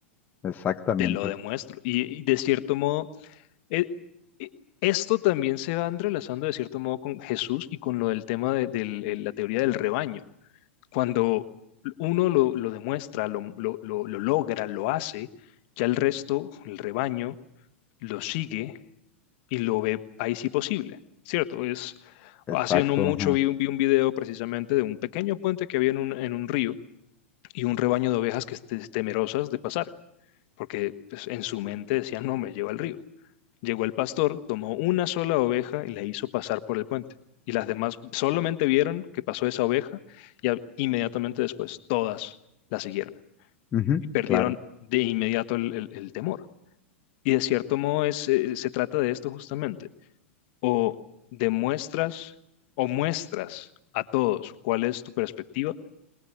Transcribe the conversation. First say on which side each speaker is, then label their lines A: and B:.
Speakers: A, on the left; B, on the left.
A: exactamente,
B: te lo demuestro. y y de cierto modo eh, eh, esto también se va entrelazando de cierto modo con Jesús y con lo del tema de, del- el- la teoría del rebaño. Cuando uno lo, lo demuestra, lo, lo- lo- lo logra, lo hace, ya el resto, el rebaño, lo sigue y lo ve ahí sí posible, ¿cierto? Es,
A: exacto,
B: hace no mucho
A: ajá,
B: vi, un- vi un video precisamente de un pequeño puente que había en un, en un río y un rebaño de ovejas que esté temerosas de pasar, porque pues, en su mente decían, no, me lleva al río. Llegó el pastor, tomó una sola oveja y la hizo pasar por el puente. Y las demás solamente vieron que pasó esa oveja y a- inmediatamente después todas la siguieron.
A: ujú,
B: Y perdieron
A: claro,
B: de inmediato el, el- el temor. Y de cierto modo es, eh, se trata de esto justamente. O demuestras o muestras a todos cuál es tu perspectiva